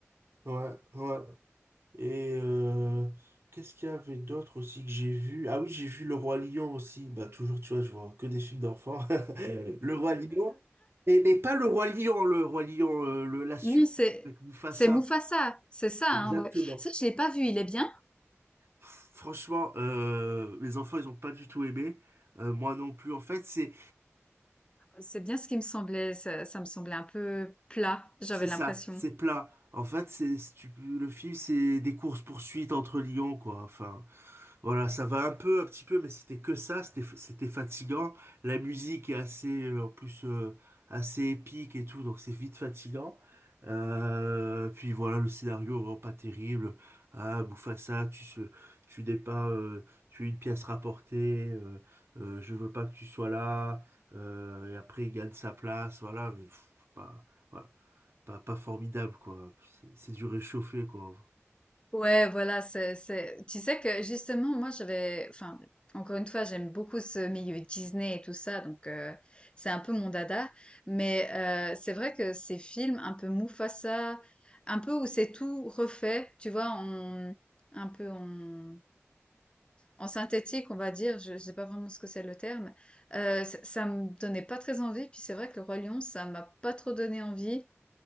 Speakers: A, on the right; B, on the left.
A: Ouais, ouais. Et euh, qu'est-ce qu'il y avait d'autre aussi que j'ai vu? Ah oui, j'ai vu Le Roi Lion aussi. Bah toujours, tu vois, je vois que des films d'enfants. <laughs> Le Roi Lion. Et, mais pas Le Roi Lion, Le Roi Lion, euh, le- la suite
B: Non, c'est,
A: avec Mufasa.
B: c'est Mufasa, c'est ça,
A: Exactement.
B: hein, ouais. Ça, je l'ai pas vu, il est bien.
A: Pff, Franchement, euh, les enfants, ils ont pas du tout aimé. Euh, moi non plus. En fait, c'est
B: C'est bien ce qui me semblait, ça, ça me semblait un peu plat, j'avais
A: c'est ça,
B: l'impression.
A: c'est plat. En fait, c'est c'est- tu peux- le film, c'est des courses-poursuites entre lions, quoi. Enfin. Voilà, ça va un peu, un petit peu, mais c'était que ça, c'était c'était fatigant. La musique est assez, euh, en plus, euh, assez épique et tout, donc c'est vite fatigant. Euh, puis voilà, le scénario vraiment pas terrible. Ah, Mufasa, tu se, tu n'es pas, euh, tu es une pièce rapportée. Euh, euh, je veux pas que tu sois là. Euh, et après, il gagne sa place. Voilà, mais pff, pas, voilà, pas, pas formidable quoi. C'est c'est du réchauffé quoi.
B: Ouais, voilà, c'est, c'est... Tu sais que justement, moi, j'avais... Enfin, encore une fois, j'aime beaucoup ce milieu Disney et tout ça, donc euh, c'est un peu mon dada. Mais euh, c'est vrai que ces films un peu Mufasa, un peu où c'est tout refait, tu vois, en, un peu en, en synthétique, on va dire, je je sais pas vraiment ce que c'est le terme, euh, ça, ça me donnait pas très envie. Puis c'est vrai que le Roi Lion, ça m'a pas trop donné envie.